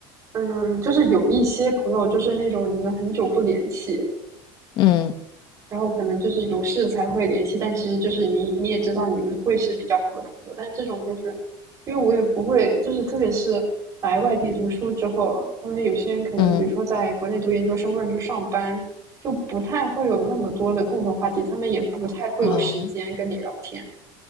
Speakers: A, on the right; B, on the left.
A: 嗯，就是有一些朋友就是那种你们很久不联系，
B: 嗯
A: 然后可能就是有事才会联系，但其实就是你你也知道你们会是比较好的朋友，但这种就是因为我也不会，就是特别是来外地读书之后，他们有些人可能比如说在国内读研究生或者是上班，
B: 嗯，
A: 就不太会有那么多的共同话题，他们也不太会有时间跟你聊天。
B: 啊。